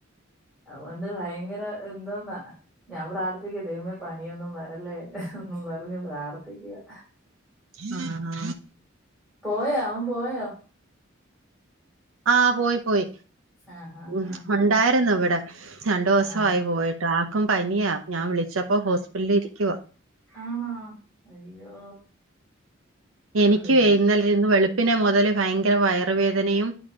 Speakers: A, in the centre; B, on the right.
A: അതുകൊണ്ട് ഭയങ്കര എന്തോന്നാ ഞാൻ പ്രാർത്ഥിക്ക ദൈവമേ പനിയൊന്നും വരല്ലേ എന്നും പറഞ്ഞ് പ്രാർത്ഥിക്കുവാ.
B: ആ ആ
A: പോയാ അവൻ പോയാ?
B: ആഹ് പോയി. പോയി
A: ആ ആ ആ
B: മ് ഉണ്ടായിരുന്നു
A: ആ,
B: ഇവിടെ രണ്ടു ദിവസായി
A: ആ.
B: പോയിട്ട് ആ പനിയാ ഞാൻ വിളിച്ചപ്പോ ഹോസ്പിറ്റലിൽ ഇരിക്കുവ
A: ആണോ അയ്യോ.
B: എനികും
A: എന്ത്
B: ഇന്നലെ ഇന്ന് വെളുപ്പിനെ മുതൽ ഭയങ്കര വയറുവേദനയും